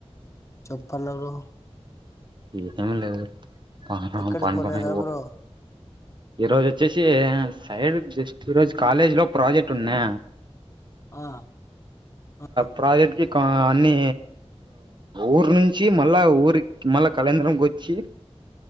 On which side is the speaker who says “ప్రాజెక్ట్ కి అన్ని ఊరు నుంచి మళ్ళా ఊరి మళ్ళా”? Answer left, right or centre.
Right